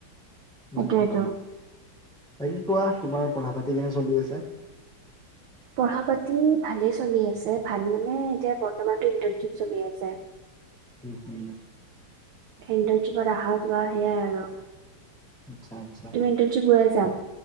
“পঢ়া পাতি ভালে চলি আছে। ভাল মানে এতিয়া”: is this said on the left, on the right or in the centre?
Right